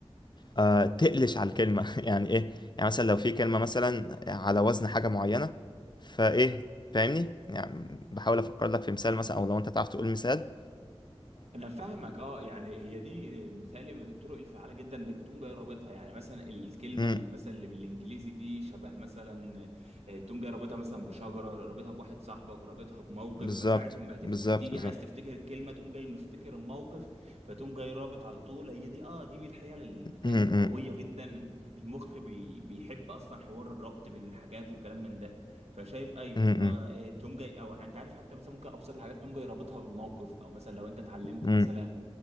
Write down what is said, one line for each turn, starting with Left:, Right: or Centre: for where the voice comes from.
Left: آه تقلش على الكلمة <laughs> يعني إيه يعني مثلا لو في كلمة مثلا على وزن حاجة معينة فإيه فاهمني يعني بحاول أفكر لك في مثال مثلا أو لو أنت تعرف تقول مثال
Right: انا فاهمك اه يعني هي دي بتالي من الطرق الفعاله جدا انك تقوم جاي رابطها يعني مثلا الكلمه
Left: أمم.
Right: اللي- مثلا اللي بالانجليزي دي شبه مثلا آه، تقوم جاي رابطها مثلا بشجره رابطها بواحد صاحبك رابطها بموقف
Left: بالظبط
Right: فساعه ما هتفت...
Left: بالظبط
Right: تيجي
Left: بالظبط
Right: عايز تفتكر الكلمه تقوم جاي مفتكر الموقف فتقوم جاي رابط على طول هي دي اه دي من الحيل اللي
Left: م-
Right: بتالي القويه
Left: م-
Right: جدا المخ بي... بيحب اصلا حوار الربط بين الحاجات والكلام من ده فشايف ايوه
Left: م-
Right: اللي هو إيه توم جاي او انت عارف حتى مثلا ممكن ابسط الحاجات توم جاي رابطها بالموقف او مثلا لو انت اتعلمت
Left: م-
Right: مثلا